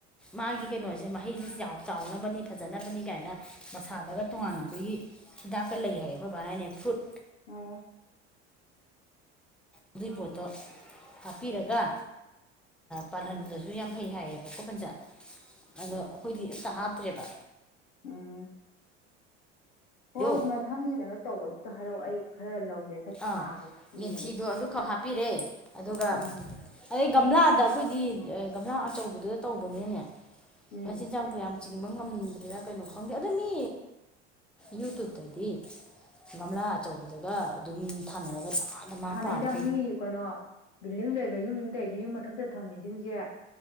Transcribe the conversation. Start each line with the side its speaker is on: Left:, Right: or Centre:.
Centre: ꯃꯥꯒꯤ ꯀꯩꯅꯣꯁꯦ ꯃꯍꯩꯁꯦ ꯆꯥꯎꯅꯕꯅꯤ ꯐꯖꯅꯕꯅꯤ ꯀꯥꯏꯅ ꯃꯁꯥꯗꯒ ꯇꯣꯉꯥꯟꯅ ꯑꯩꯈꯣꯏꯒꯤ ꯍꯤꯗꯥꯛꯀ ꯂꯩ ꯍꯥꯏꯌꯦ ꯑꯩꯈꯣꯏꯕꯥꯅꯏꯅꯦ ꯐ꯭ꯔꯨꯠ
Left: ꯑꯣ
Centre: ꯑꯗꯨꯏ ꯄꯣꯠꯇꯣ ꯍꯥꯞꯄꯤꯔꯒ ꯄꯥꯜꯍꯟꯗꯁꯨ
Left: ꯎꯝ
Centre: ꯌꯥꯝ ꯐꯩ ꯍꯥꯏꯌꯦꯕꯀꯣ ꯄꯟꯖꯥ ꯑꯗꯣ ꯑꯩꯈꯣꯏꯗꯤ ꯑꯝꯇ ꯍꯥꯞꯇ꯭ꯔꯦꯕ
Left: ꯎꯝ ꯍꯣꯏ
Centre: ꯌꯣ
Left: ꯃꯊꯪꯒꯤ ꯀꯩꯅꯣ ꯇꯧꯕꯗꯨꯗ ꯍꯥꯏꯔꯛꯑꯣ ꯑꯩ ꯈꯔ ꯂꯧꯒꯦ꯫ ꯈꯔ
Centre: ꯑꯥ
Left: ꯊꯥꯒꯦ
Centre: ꯌꯦꯟꯊꯤꯗꯣ
Left: ꯌꯦꯡꯒꯦ
Centre: ꯑꯗꯨꯈꯛ ꯍꯥꯞꯄꯤꯔꯦ ꯑꯗꯨꯒ
Left: ꯎꯝ
Centre: ꯑꯗꯩ ꯒꯝꯂꯥꯗ ꯑꯩꯈꯣꯏꯗꯤ ꯒꯝꯂꯥ ꯑꯆꯧꯕꯗꯨꯗ ꯇꯧꯕꯅꯤꯅꯅꯦ
Left: ꯎꯝ
Centre: ꯃꯆꯤꯟꯖꯥꯛꯁꯨ ꯌꯥꯝ ꯆꯤꯡꯕ ꯉꯝꯗ꯭ꯔꯦꯗ ꯀꯩꯅꯣ ꯈꯪꯗꯦ ꯑꯗ ꯃꯤ ꯌꯨꯇꯕꯇꯗꯤ ꯒꯝꯂꯥ ꯑꯆꯧꯕꯗꯒ ꯑꯗꯨꯝ ꯊꯥꯅꯔꯒ ꯙꯃꯥ ꯙꯃꯥ
Left: ꯍꯥꯟꯅꯩꯗ
Centre: ꯄꯥꯜꯂꯤ
Left: ꯃꯤ ꯀꯩꯅꯣ ꯕꯤꯜꯗꯤꯡ ꯂꯩꯕ ꯌꯨꯝ ꯌꯨꯝꯇꯩꯗꯤ ꯌꯨꯝ ꯃꯊꯛꯇ ꯊꯝꯃꯤꯁꯤꯡꯁꯦ꯫